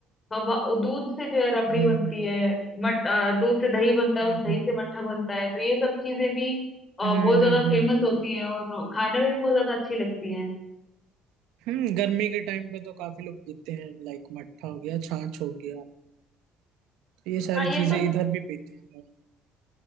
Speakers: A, on the left (about 20°); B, on the right (about 85°).
A: हवा दूध से जो है रबड़ी
B: हम्म
A: बनती
B: हम्म
A: है मट अ, दूध से दही बनता
B: हम्म
A: है उस दही
B: हम्म
A: से मट्ठा बनता है तो ये सब चीजें भी अ,
B: हम्म
A: बहुत ज्यादा
B: हम्म हम्म,
A: फेमस होती है और खाने में भी बहुत ज्यादा अच्छी लगती हैं
B: हम्म, गर्मी के टाइम पे तो काफी लोग पीते हैं लाइक मट्ठा हो गया छाछ हो गया तो ये सारी
A: हाँ ये
B: चीजें
A: सब
B: इधर भी पीते हैं लोग